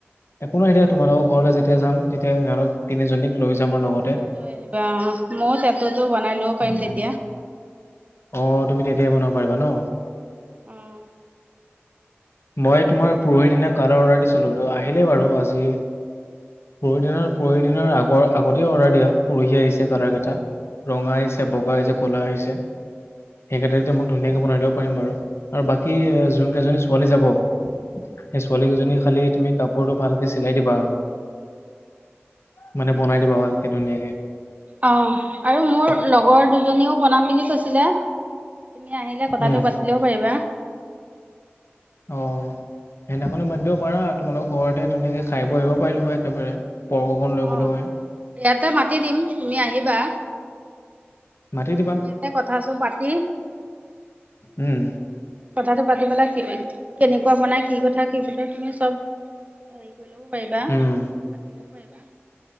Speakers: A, on the left; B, on the right.
A: একো নাই এতিয়া তোমালোকৰ ঘৰলৈ যেতিয়া যাম তেতিয়া সিহঁতক তিনিজনীক লৈ যাম আৰু লগত।
B: লৈ আহিবা অ' মই টেটুতো বনাই ল'ব পাৰিম
A: উম।
B: তেতিয়া।
A: অ' তুমি তেতিয়াই বনাব পাৰিবা ন'।
B: অ'।
A: মই তোমাৰ পৰহি দিনা কালাৰ অৰ্ডাৰ দিছিলোঁ আহিলেই বাৰু আজি। পৰহি দিনৰ পৰহি দিনৰ আগৰ আগতে অৰ্ডাৰ দিয়া পৰহি আহিছে কালাৰ কেইটা। ৰঙা আহিছে বগা আহিছে ক'লা আহিছে, সেই <unintelligible> মোক ধুনীয়াকে বনাই দিব পাৰিম বাৰু, আৰু বাকী জোনকেইজনী ছোৱালী যাব সেই ছোৱালী কেইজনীৰ খালি তুমি কাপোৰটো ভালকে চিলাই দিবা আৰু। মানে বনাই দিবা ভালকে ধুনীয়াকে।
B: অ' আৰু মোৰ লগৰ দুজনীও বনাম বুলি কৈছিলে। তুমি আহিলে কথাটো
A: উম
B: পাতিলেও পাৰিবা।
A: অ' সেইদিনাখনে মাতি দিব পাৰা তোমালোকৰ ঘৰতে ধুনীয়াকৈ খাই বই আহিব পাৰিলোঁ হয় একেবাৰে। পৰ্ক অকণ লৈ
B: অ',
A: গ'লো হয়।
B: ইয়াতে মাতি দিম তুমি আহিবা।
A: মাতি দিবা
B: ইয়াতে কথা চব পাতি।
A: উম
B: কথাটো পাতি পেলাই কি কেনেকুৱা বনাই কি কথা কি পতা তুমি চ'ব। হেৰি কৰি লও পাৰিবা
A: উম
B: কাটি লেও পাৰিবা।